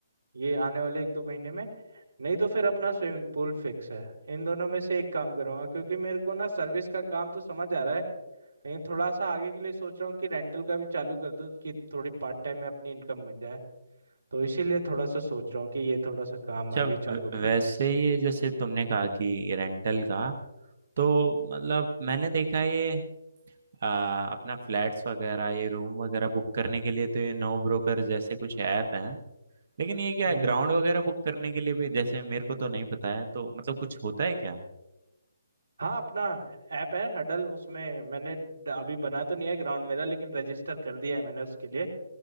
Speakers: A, on the right (about 75°); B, on the right (about 35°).
A: ये आने वाले एक दो महीने में नहीं तो फिर अपना स्विमिंग पूल फिक्स है इन दोनों में से एक काम करूंगा क्योंकि मेरे को ना सर्विस का काम तो समझ आ रहा है लेकिन थोड़ा सा आगे के लिए सोच रहा हूँ कि रेंटल का भी चालू कर दूँ कि थोड़ी पार्ट टाइम में अपनी इनकम बन जाए तो इसीलिए थोड़ा सा सोच रहा हूँ कि ये थोड़ा सा काम
B: अच्छा
A: आगे
B: व-
A: चालू करो
B: वैसे ये जैसे तुमने कहा कि रेंटल का तो मतलब मैंने देखा ये आ, अपना फ्लैट्स वगैरह ये रूम वगैरह बुक करने के लिए तो ये नो ब्रोकर जैसे कुछ ऐप हैं लेकिन ये क्या
A: हम्म
B: है, ग्राउंड वगैरह बुक करने के लिए भी जैसे मेरे को तो नहीं पता है तो मतलब कुछ होता है क्या
A: हाँ अपना ऐप है हडल उसमें मैंने ड- अभी बना तो नहीं है ग्राउंड मेरा लेकिन रजिस्टर कर दिया है मैंने उसके लिए